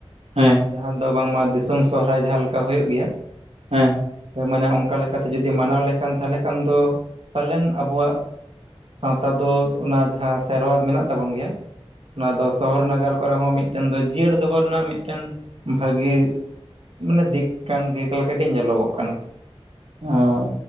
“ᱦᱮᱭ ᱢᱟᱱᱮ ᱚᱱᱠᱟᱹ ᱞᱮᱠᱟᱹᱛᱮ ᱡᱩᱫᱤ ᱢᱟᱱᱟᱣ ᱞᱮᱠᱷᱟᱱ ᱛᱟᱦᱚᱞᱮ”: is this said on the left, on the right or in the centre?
Right